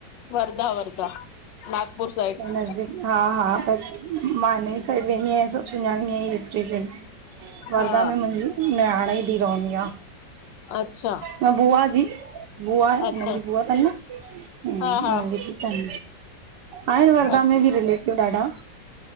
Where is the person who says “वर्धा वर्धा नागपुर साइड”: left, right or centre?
Left